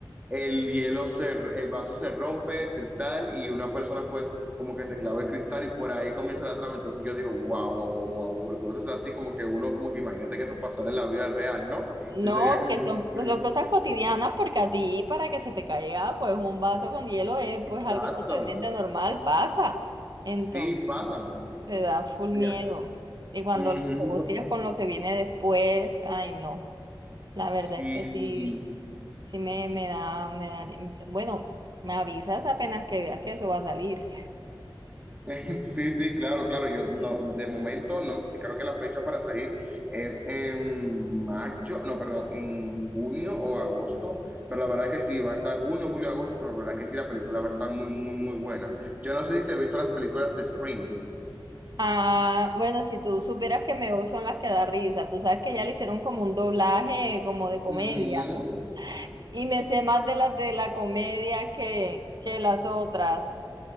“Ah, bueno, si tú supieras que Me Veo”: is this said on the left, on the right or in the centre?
Right